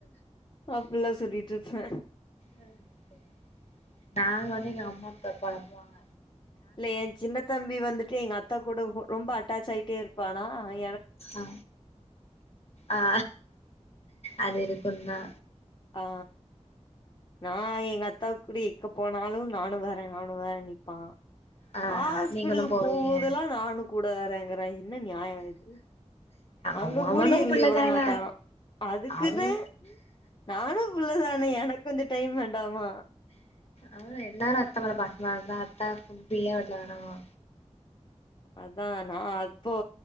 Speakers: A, on the left; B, on the left.
A: அப்பல்லா சொல்லிப் ட்ருஃப்ப
B: ஆ சேரி நாங்க வந்தா எங்க அம்மா அப்பா பொழம்புவாங்க
A: இல்ல எ சின்ன தம்பி வந்துட்டு எங்க அத்தா கூட ஹோ ரொம்ப அட்டாச் ஆயிட்டே இருப்பானா எ
B: ஆ ஆ அது இருக் குந்தா
A: ஆ நா எங்க அத் அத்தாவுக் குடி எக்க போனாலு நானு வர நானு வரன் நிப்பா
B: ஆ
A: ஹாஸ்பிட்டலுக்கு
B: நீங்களு போவீங்க
A: போம்தெல்லா நானு கூட கூட வரங்குறா இர் என்ன நியாயோ இது அங்க
B: அவ அவனு
A: கூடி எங்ளிய
B: புள்ளதான
A: உட மாட்டானா அதுக்குன்னு
B: அவ
A: நானு புள்ளதானே எனக் கொஞ்சோ டைம் வேண்டாமா
B: அ எ ல்லாரு அத்த மேல பாசமா இருந்தா அத்தா கொஞ்ச <unintelligible> வேணாமா
A: அதா நா அப்போ